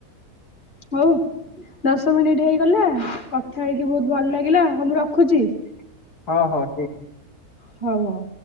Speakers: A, on the left (about 30°); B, on the left (about 80°).
A: ହଉ। ଦଶ ମିନିଟ ହେଇଗଲା କଥା ହେଇକି ବହୁତ ଭଲ ଲାଗିଲା ମୁଁ ରଖୁଛି।
B: ହଁ ହଉ ଠି
A: ହଉ ହଉ।